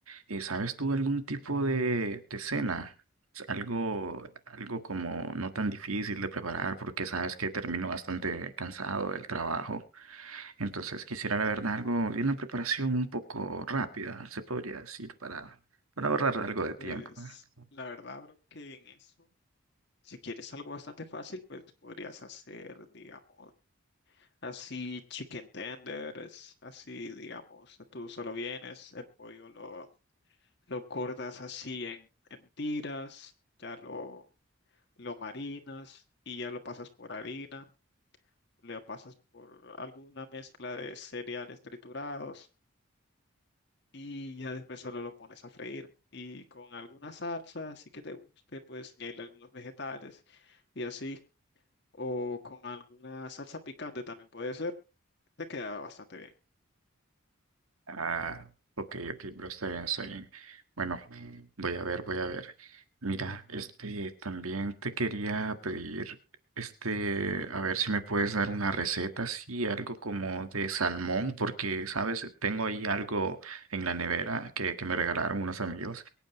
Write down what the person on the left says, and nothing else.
Pues
la verdad, bro, que en eso, si quieres algo bastante fácil, pues podrías hacer, digamos, así chicken tenders, así, digamos, tú solo vienes, el pollo lo, lo cortas así en, en tiras, ya lo, lo marinas y ya lo pasas por harina, lo pasas por alguna mezcla de cereales triturados y ya después solo lo pones a freír. Y con alguna salsa, así que te guste, puedes añadirle algunos vegetales y así. O con alguna salsa picante también puede ser, te queda bastante bien.